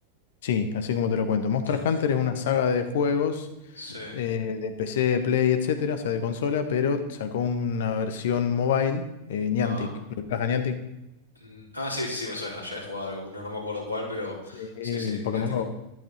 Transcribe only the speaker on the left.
sí, así como te lo cuento. Monster
Hunter es una saga de juegos
eh, de PC, Play, etcétera, o sea, de consola, pero sacó una versión mobile, eh, Niantic.
¿Lo ubicás a Niantic?
Sí, el
Pokémon
Go.